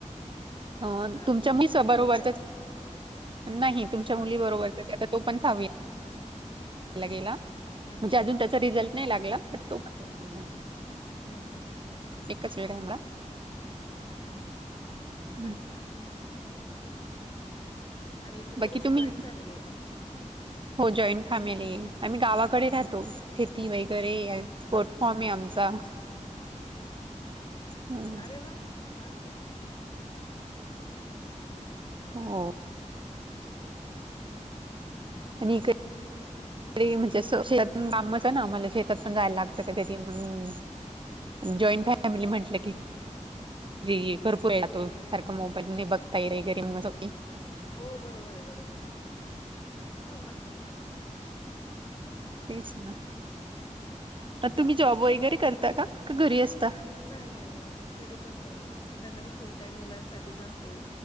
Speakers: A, on the right (about 40°); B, on the left (about 35°).
A: हा
B: अच्छा.
A: तुमच्या मिसळ <inaudible> बरोबर
B: मोठा आहे का?
A: नाही तुमच्या
B: हां,
A: मुलीबरोबर.
B: हां, हां.
A: आता तो पण सहावी ला गेला
B: हं,
A: म्हणजे
B: हं.
A: अजून त्याचा रिझल्ट नाही लागला. हम्म.
B: हम्म-हम्म
A: एकच वेळा का हं.
B: अच्छा. आणि तुमची
A: बाकी
B: कशी
A: तुम्ही
B: जॉईन फॅमिली आहे का मग
A: हो जॉईन फॅमिली आहे आम्ही गावाकडे राहतो खेती वगैरे आहे
B: हं, हं.
A: कोटफार्म आहे आमचा
B: अच्छा.
A: हं.
B: अरे वा मस्त.
A: हो आणि इकडे
B: हम्म.
A: सकाळी म्हणजे अस शेतात काम असत ना आम्हाला शेतात पण जायला लागतं हम्म जॉईन फॅमिली म्हटलं की
B: हो.
A: ये ये भरपूर आहे तो सारखं मोबाईल नाही बघता येत म्हणत होती
B: हो बरोबर आहे बरोबर हा मग काय
A: तेच ना
B: हं.
A: तुम्ही जॉब वगैरे करता का घरी असता
B: नाही -नाही -नाही -नाही घरीच असते मी सध्या तरी फुल टाईम मुलांसाठीच असते